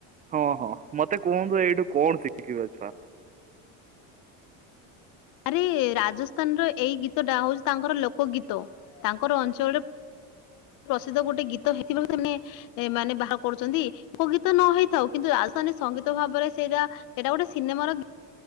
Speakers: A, on the right; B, on the left.
A: ହଁ ହଁ ମତେ କୁହନ୍ତୁ ଏଇଠୁ କଣ ଶିଖିବ ଛୁଆ?
B: ଆରେ ରାଜସ୍ଥାନର ଏଇ ଗୀତଟା ହଉଛି ତାଙ୍କର ଲୋକ ଗୀତ। ତାଙ୍କର ଅଞ୍ଚଳରେ ପ୍ରସିଦ୍ଧ ଗୋଟେ ଗୀତ ହେଇଥିବା ସେ ମାନେ ବାହାର କରୁଛନ୍ତି କୋଉ ଗୀତ ନ ହେଇଥାଉ କିନ୍ତୁ ତା ସଙ୍ଗୀତ ଭାବରେ ସେଇଟା ସେଇଟା ଗୋଟେ ସିନେମାର